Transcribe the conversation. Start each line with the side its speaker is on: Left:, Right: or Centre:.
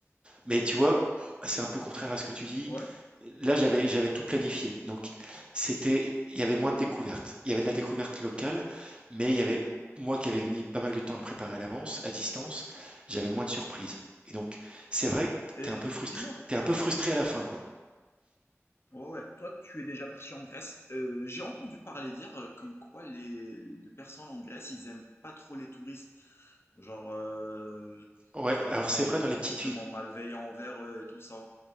Right: mais tu vois, c'est un peu contraire à ce que tu dis.
Left: Ouais.
Right: Là, j'avais j'avais tout planifié. Donc, c'était, il y avait moins de découvertes. Il y avait de la découverte locale, mais il y avait moi qui avais mis pas mal de temps à le préparer à l'avance, à distance, j'avais
Left: Mhm,
Right: moins
Left: mhm.
Right: de surprises. Et donc, c'est vrai que
Left: Et
Right: t'es un peu frustré,
Left: dis-moi,
Right: t'es un peu frustré à la fin, quoi.
Left: ouais, ouais, toi, tu es déjà parti en Grèce. Euh, j'ai entendu parler dire euh, comme quoi les, les personnes en Grèce, ils aiment pas trop les touristes. Genre, euh,
Right: Ouais,
Left: ils
Right: alors c'est
Left: ont des
Right: vrai
Left: comportements
Right: dans les petites villes.
Left: malveillants envers eux et tout ça.